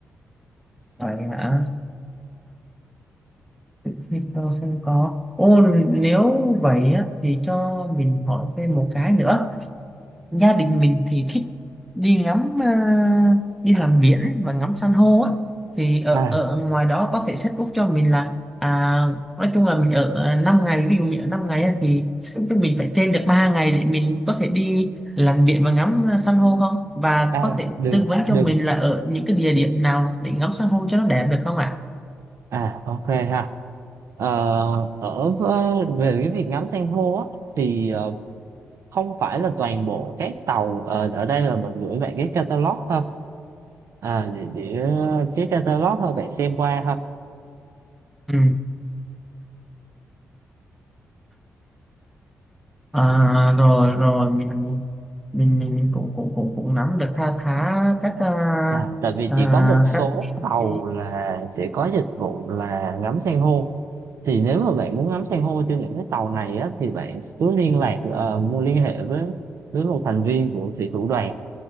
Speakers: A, in the centre; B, on the right.
A: Vậy hả? Victor không có ô nếu vậy á, thì cho mình hỏi thêm một cái nữa gia đình mình thì thích đi ngắm à, đi làm biển và ngắm san hô á thì ở
B: à
A: ở ngoài đó có thể set up cho mình là à, nói chung là mình ở à, năm ngày ví dụ mình ở 5 ngày á, thì set up cho mình phải trên được 3 ngày để mình có thể đi làm biển và ngắm à, san hô không và
B: à
A: có thể
B: được
A: tư vấn
B: được
A: cho mình là ở những cái địa điểm nào để ngắm san hô cho nó đẹp được không ạ
B: À ok ha. Ờ, ở ờ, về cái việc ngắm san hô á thì ờ, không phải là toàn bộ các tàu ờ, ở đây là mình gửi bạn cái catalog ha. À để, để ờ, cái catalog thôi bạn xem qua ha.
A: Ừ. À, rồi rồi mình mình mình, mình cũng cũng cũng cũng nắm được kha khá các à,
B: À, tại vì
A: à,
B: chỉ có một số
A: các chi
B: tàu
A: phí
B: là sẽ có dịch vụ là ngắm san hô thì nếu mà bạn muốn ngắm san hô trên những cái tàu này á, thì bạn cứ liên lạc ờ, mua liên hệ với với một thành viên của thủy thủ đoàn